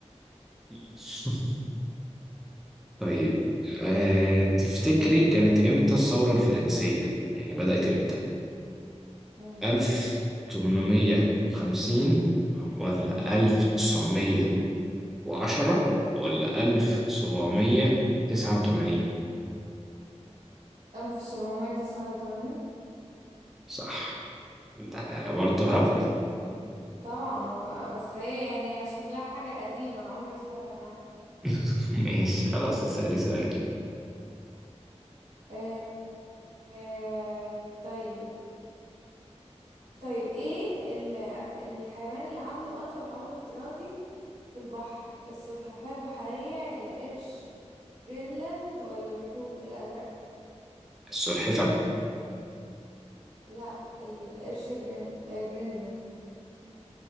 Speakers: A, in the centre; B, on the right.
A: <laughs> طيب أه تفتكري كانت امتى الثورة الفرنسية يعني بدأت امتى
B: مم.
A: 1850 ولا 1900 وعشرة ولا ألف سبعمية تسعة وتمانين
B: ألف سبعمية تسعة وتمانين
A: صح ده برضه هبد
B: طبعا هو بس هي يعني شكلها حاجة قديمة أنا عمري ما سمعت عنها
A: <laughs> ماشي خلاص اسألي سؤال
B: آه آه طيب طيب ايه ال- الحيوان اللي عنده أطول عمر افتراضي في البحر السلحفاة البحرية القرش جرينلاند ولا الحوت الأزرق
A: السلحفة
B: لا القرش جرين... آه، جرينلاند